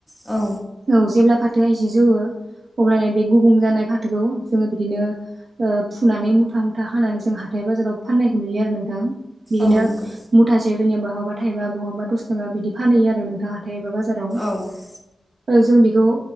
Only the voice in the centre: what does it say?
औ।
औ नंगौ
औ।